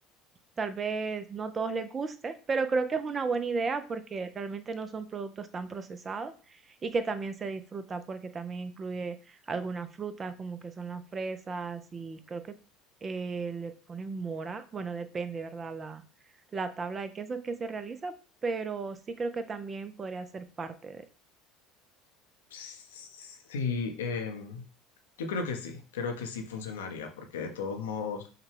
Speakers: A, on the right; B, on the left.
A: Tal vez no todos les guste, pero creo que es una buena idea porque realmente no son productos tan procesados y que también se disfruta porque también incluye algunas frutas como que son las fresas y creo que eh, le ponen mora. Bueno, depende, ¿verdad? La, la tabla de quesos que se realiza, pero sí creo que también podría ser parte de...
B: <laughs> Sí, em, yo creo que sí, creo que sí funcionaría, porque de todos modos,